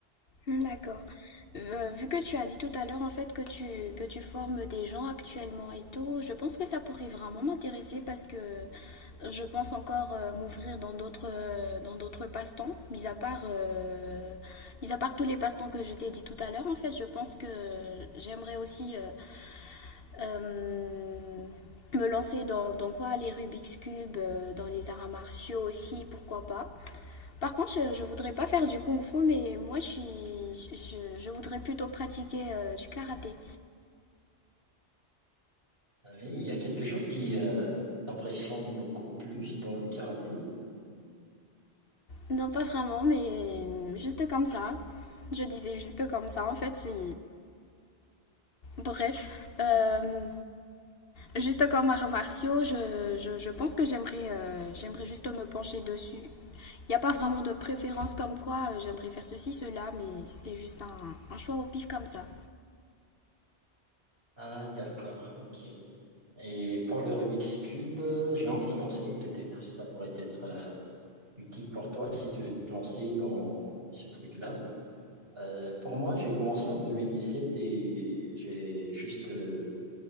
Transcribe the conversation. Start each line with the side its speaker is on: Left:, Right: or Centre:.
Left: Hmm, D'accord. Euh, vu que tu as dit tout à l'heure en fait que tu, que tu formes des gens actuellement et tout, je pense que ça pourrait vraiment m'intéresser parce que je pense encore euh, m'ouvrir dans d'autres euh, dans d'autres passe-temps, mis à part euh, mis à part tous les passe-temps que je t'ai dit tout à l'heure en fait, je pense que j'aimerais aussi euh, Euh, me lancer dans, dans quoi Les Rubik's Cube, euh, dans les arts martiaux aussi, pourquoi pas. Par contre, je, je voudrais pas faire du kung fu, mais moi je suis, je, je voudrais plutôt pratiquer euh, du karaté.
Right: Oui, il y a quelque chose qui euh, t'impressionne beaucoup plus dans le karaté.
Left: Non, pas vraiment, mais juste comme ça. Je disais juste comme ça, en fait, c'est. Bref. Euh, juste comme arts martiaux, je, je- je pense que j'aimerais euh, j'aimerais juste me pencher dessus Il n'y a pas vraiment de préférence comme quoi euh, j'aimerais faire ceci, cela, mais c'était juste un, un choix au pif comme ça.
Right: Ah, d'accord, ok. Et pour le Rubik's Cube, euh, j'ai un petit conseil, peut-être, ça pourrait être euh, utile pour toi si tu veux te lancer dans ce truc-là. Euh, pour moi, j'ai commencé en 2017 et j'ai juste euh,